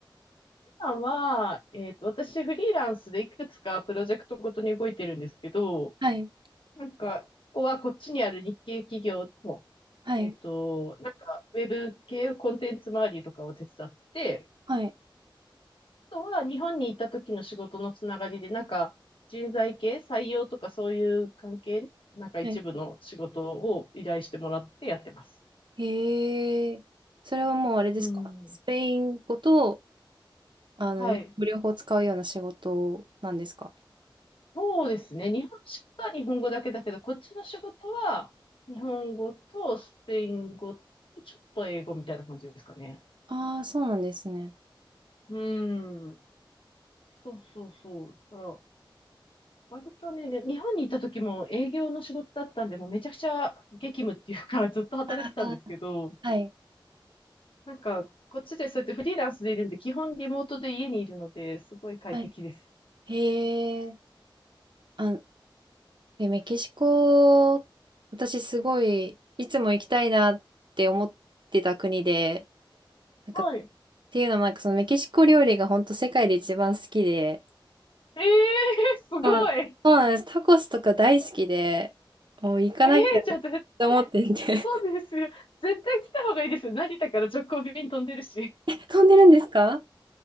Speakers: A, on the left; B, on the right.
A: <laughs> 今は、えっと、私フリーランスでいくつかプロジェクトごとに動いてるんですけど、
B: はい、
A: なんか、ここはこっちにある日系企業の、
B: はい、
A: えっと、なんか、ウェブ系コンテンツ周りとかを手伝ってて、
B: はい。
A: あとは日本にいた時の仕事のつながりで、なんか、人材系、採用とかそういう関係、なんか一部の仕事を依頼してもらってやってます。
B: はいへえ。それはもうあれですかスペイン語と、
A: うん。
B: あの、
A: はい。
B: 日本語両方使うような仕事なんですか
A: そうですね。日本食は日本語だけだけど、こっちの仕事は日本語とスペイン語とちょっと英語みたいな感じですかね。
B: ああー、そうなんですね。
A: うん。そうそうそう。だから割とね、で日本にいた時も営業の仕事だったんで、もうめちゃくちゃ激務っていうか、ずっと働いてたんですけど、
B: あーはい。
A: なんか、こっちでそうやってフリーランスでいるんで、基本リモートで家にいるので、すごい快適です。
B: はい。へえ。あ、え、メキシコ、私すごい、いつも行きたいなって思ってた国で、なんか、
A: はい。
B: っていうのもなんかそのメキシコ料理が本当世界で一番好きで、
A: ええー、すごい。
B: そうんそうなんです。タコスとか大好きで、もう行かなきゃって思ってて
A: ええー、じゃあ絶そうですよ。絶対来た方がいいですよ。成田から直行便飛んでるし。
B: <laughs> 飛んでるんですか